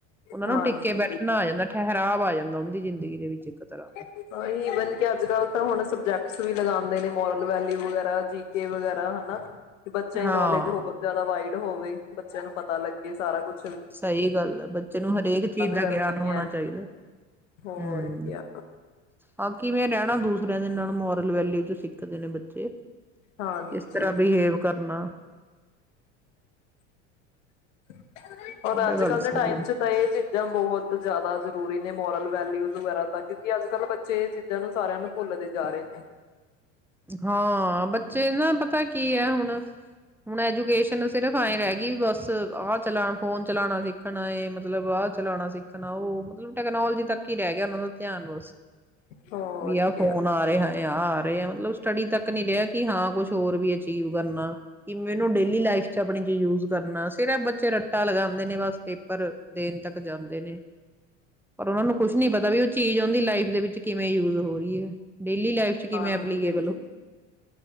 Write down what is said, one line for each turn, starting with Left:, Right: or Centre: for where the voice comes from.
Centre: ਉਹਨਾ
Left: ਹਾਂਜੀ
Centre: ਨੂੰ ਟਿੱਕੇ ਬੈਠਣਾ ਆ ਜਾਂਦਾ ਠਹਿ ਠਰਾਵ ਆ ਜਾਂਦਾ ਉਹਦੀ ਜ਼ਿੰਦਗੀ ਦੇ ਵਿੱਚ
Left: <inaudible>
Centre: ਤਰ੍ਹਾਂ
Left: ਹੀ
Centre: ਦਾ
Left: ਈਵਨ ਕਿ ਅੱਜ ਕੱਲ੍ਹ ਤਾਂ ਹੁਣ ਸਬਜੈਕਟ <unintelligible> ਵੀ ਲਗਾਉਂਦੇ ਨੇ ਮੋਰਲ ਵੈਲਿਊ ਵਗੈਰਾ ਜੀ ਕੇ ਵਗੈਰਾ ਹਨਾ। ਕਿ ਬੱਚਿਆਂ ਦੀ
Centre: ਹਾਂ
Left: ਨੌਲੇਜ ਹੋਰ ਜ਼ਿਆਦਾ ਵਾਈਡ ਹੋਵੇ ਬੱਚਿਆਂ ਨੂੰ ਪਤਾ ਲੱਗੇ ਸਾਰਾ ਕੁੱਛ
Centre: ਸਹੀ ਗੱਲ ਆ ਬੱਚੇ ਨੂੰ ਹਰੇਕ ਚੀਜ਼ ਦਾ
Left: ਕਰਨੀ
Centre: ਗਿਆਨ ਹੋਣਾ
Left: ਹੈ
Centre: ਚਾਹੀਦਾ
Left: ਹੋਰ
Centre: ਹੂੰ।
Left: ਕਿਆ
Centre: ਹਾਂ ਕਿਵੇੈਂ ਰਹਿਣਾ ਦੂ ਨਾਲ ਮੋਰਲ ਵੈਲ ਹੀ ਤੁਸੀਂ ਇੱਕ ਦਿਨ ਬੱਚੇ
Left: ਹਾਂਜੀ।
Centre: ਕਿਸ ਤਰ੍ਹਾਂ ਬਿਹੇਵ ਕਰਨਾ।
Left: <inaudible> ਔਰ
Centre: ਉਹ ਤਾਂ
Left: ਅੱਜ
Centre: ਗੱਲ
Left: ਕੱਲ
Centre: ਸਹੀ
Left: ਦੇ ਟਾਈਮ
Centre: ਹੈ
Left: 'ਚ ਤਾਂ ਇਹ ਚੀਜ਼ਾਂ ਬਹੁਤ ਜਿਆਦਾ ਜ ਜ਼ਰੂਰੀ ਨੇ ਮੋਰਲ ਵੈਲਿਊਜ਼ ਵਗੈਰਾ ਤਾਂ ਕਿਉਂਕਿ ਅੱਜ ਕੱਲ੍ਹ ਬੱਚੇ ਇਹ ਚੀਜ਼ਾਂ ਨੂੰ ਸਾਰਿਆਂ ਨੂੰ ਭੁੱਲਦੇ ਜਾ ਰਹੇ ਨੇ।
Centre: ਹਾਂ ਬੱਚੇ ਨਾ ਪਤਾ ਕੀ ਹੈ ਹੁਣ ਹੁਣ ਐਜੂਕੇਸ਼ਨ ਸਿਰਫ ਐਏਂ ਰਹਿ ਗਈ ਵੀ ਬਸ ਆਹ ਚਲਾ ਫੋਨ ਚਲਾਉਣਾ ਸਿੱਖਣਾਏ ਮਤਲਬ ਆਹ ਚਲਾਣਾ ਸਿੱਖ ਸੁਣਾਓ ਮਤਲਬ ਟੈਕਨੋਾਲੋਜੀ ਤੱਕ ਕੀ ਰਹਿ ਗਿਆ ਉਹਨਾਂ ਦਾ ਧਿਆਨ ਬਸ
Left: ਹੋਰ
Centre: ਵੀ ਆ
Left: ਕਿਆ
Centre: ਫੋਨ ਆ ਰਿਹਾ ਹਾ ਆਰ ਸਹੀ ਆ ਮਤਲਬ ਸਟੱਡੀ ਤੱਕ ਨਹੀਂ ਰਿਹਾ ਕਿ ਹਾਂ ਕੁਛ ਹੋਰ ਵੀ ਅਚੀਵ ਕਰਨਾ ਕਿ ਮੈਨੂੰ ਡੇਲੀ ਲਾਈਫ ਆਪਣੀ ਚੀਜ ਯੂਜ ਕਰਨਾ ਸਿ ਤੇਰਾ ਬੱਚੇ ਰ ਰੱਟਾ ਲਗਾਦੇ ਨੇ ਬਸ ਪੇਪਰ ਦੇਣ ਤੱਕ ਜਾਂਦੇ ਨੇ ਪਰ ਉਹਨਾ ਨੂੰ ਕੁੱਛ ਨੀ ਪਤਾ ਵੀ ਉਹ ਚੀਜ਼ ਉਹਦੀ ਲਾਈਫ ਦੇ ਵਿੱਚ ਕਿਵੇਂ ਯੂਜ ਹੋ ਰਹੀ ਏ। ਡੇਲੀ ਲਾਈਫ ਚ ਕਿਵੇਂ
Left: ਹਾਂਜੀ।
Centre: ਐਪਲੀਕੇ